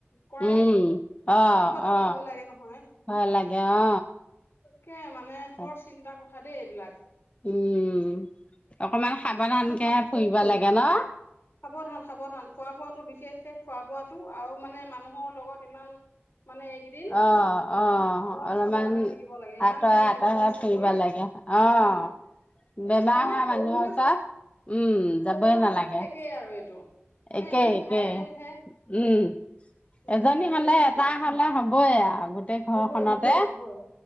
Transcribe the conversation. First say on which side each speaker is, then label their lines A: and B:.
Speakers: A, on the left; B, on the left.
A: কৰে।
B: উম অ
A: সেইটো এটা
B: অ
A: ভয় লাগে নহয়।
B: ভয় লাগে অ
A: তাকে মানে
B: তাক
A: বৰ চিন্তাৰ কথা দেই এইবিলাক।
B: উম, অকমান সাৱধানকে ফুৰিব লাগে ন'।
A: সাৱধান-সাৱধান খোৱা-বোৱাতো বিশেষকে খোৱা- বোৱাত টো আৰু মানে মানুহৰ লগত ইমান মানে এইকেইদিন
B: অ-অ
A: অলপ
B: অলপমান
A: সাৱধানে থাকিব লাগে ইমান
B: আঁতৰে-আঁতৰে
A: একে মিলা মিছা
B: ফুৰিব
A: কৰি
B: লাগে। অ।
A: উম
B: বেমাৰ
A: তাৰমানে
B: হোৱা
A: কৰোণা
B: মানুহৰ ওচৰত উম
A: কৰোণাটো
B: যাবই নালাগে।
A: সৈতে একেই আৰু এইটো মানে
B: একেই-একেই
A: এইটো ভাইৰেল হে
B: উম,
A: গতিকে
B: এজনী
A: সেই
B: হ'লে
A: তেনেকুৱা
B: এটাৰ হ'লে হ'বই আৰু গোটেই ঘৰখনতে।
A: হ'বই হ'বই হ'বই